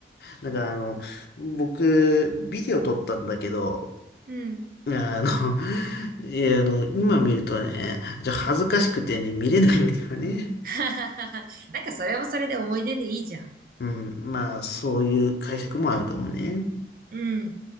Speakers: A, on the left; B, on the right.
A: なんかあの、僕、ビデオ撮ったんだけど、
B: うん。
A: いやあの、<laughs> いや、あの、今見るとね、じゃあ恥ずかしくてね、見れないんだよね。
B: <laughs> なんかそれはそれで思い出でいいじゃん。
A: うん、まあ、そういう解釈もあるかもね。
B: うん。